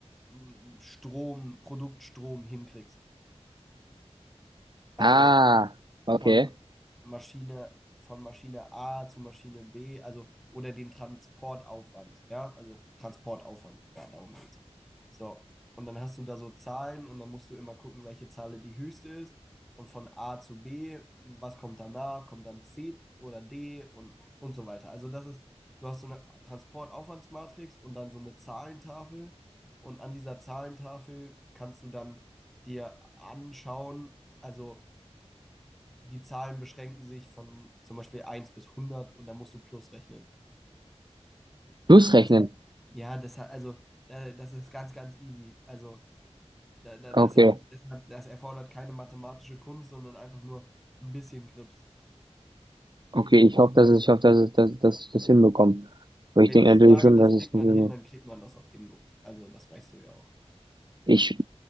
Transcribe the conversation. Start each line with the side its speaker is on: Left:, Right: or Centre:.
Centre: mm, Strom, Produktstrom hinkriegst. Also
Right: Ah, okay.
Centre: von Maschine, von Maschine A zu Maschine B, also oder den Transportaufwand, ja, also Transportaufwand, ja, darum geht's. So, und dann hast du da so Zahlen und dann musst du immer gucken, welche Zahl die höchste ist und von A zu B, was kommt danach, kommt dann C oder D und, und so weiter. Also das ist, du hast so eine Transportaufwandsmatrix und dann so eine Zahlentafel und an dieser Zahlentafel kannst du dann dir anschauen, also die Zahlen beschränken sich von zum Beispiel eins bis hundert und dann musst du plus rechnen.
Right: Schlussrechnen.
Centre: Das, ja, das hat, also, da- das ist ganz, ganz easy. Also, da- da- das
Right: Okay,
Centre: hat, das hat, das erfordert keine mathematische Kunst, sondern einfach nur ein bisschen Grips.
Right: okay, ich hoffe, dass es, ich hoffe, dass es, dass, dass ich das hinbekomme. Aber
Centre: Wenn
Right: ich denke
Centre: ich
Right: natürlich
Centre: sage,
Right: schon,
Centre: das
Right: dass es
Centre: kriegt
Right: funktioniert.
Centre: man hin, dann kriegt man das auch hin. Also, das weißt du ja auch.
Right: Ich,